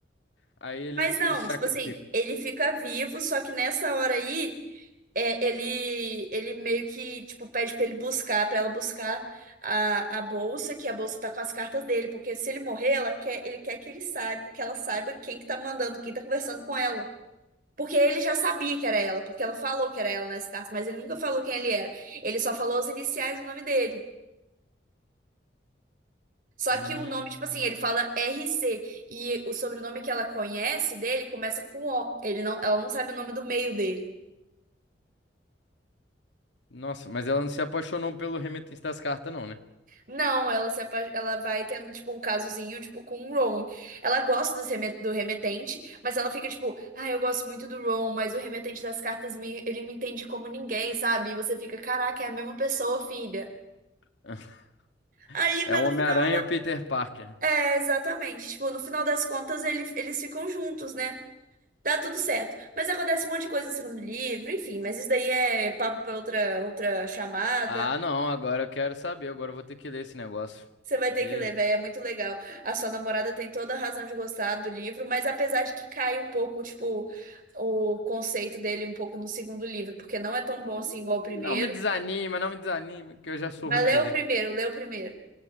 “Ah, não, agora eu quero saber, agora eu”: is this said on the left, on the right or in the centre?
Left